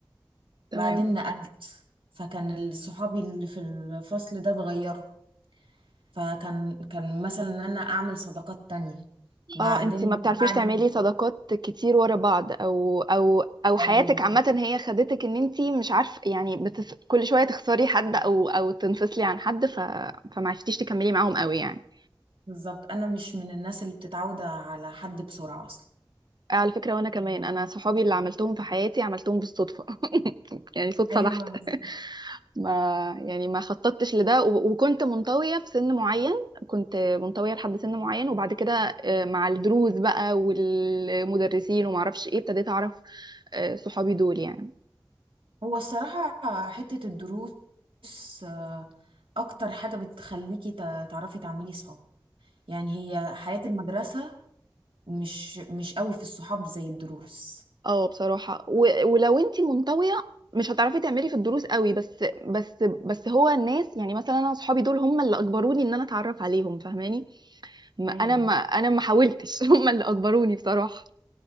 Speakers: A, on the right; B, on the right.
A: تمام
B: بعدين نقلت فكان صحابي اللي في الفصل ده اتغيروا فكان كان مثلا ان انا اعمل صداقات تانية بعدين
A: اه انت ما بتعرفيش
B: بعد
A: تعملي صداقات كتير ورا بعض او او او
B: <laughs>
A: حياتك
B: ايوه
A: عامة هي خدتك ان انت مش عارفة يعني بتف... كل شوية تخسري حد او او تنفصلي عن حد ف... فما عرفتيش تكملي معاهم قوي يعني
B: بالظبط انا مش من الناس اللي بتتعود على حد بسرعة اصلا
A: على فكرة وانا كمان انا صحابي اللي عملتهم في حياتي عملتهم بالصدفة <laughs> يعني صدفة
B: ايوه
A: بحتة
B: بالظبط.
A: <laughs> ما يعني ما خططتش لده و- وكنت منطوية في سن معين كنت منطوية لحد سن معين وبعد كده آه، مع الدروس بقى والمدرسين ومعرفش ايه ابتديت اعرف آه، صحابي دول يعني
B: هو الصراحة حتة الدروس آه، اكتر حاجة بتخليكي تع- تعرفي تعملي صحاب يعني هي حياة المدرسة مش مش قوي في الصحاب زي الدروس
A: اه بصراحة و- ولو انتي منطوية مش هتعرفي تعملي في الدروس قوي بس بس بس هو الناس يعني مثلا انا صحابي دول هم اللي اجبروني ان انا اتعرف عليهم فاهماني ما
B: ايوه
A: انا ما انا ما حاولتش <laughs> هم اللي اجبروني بصراحة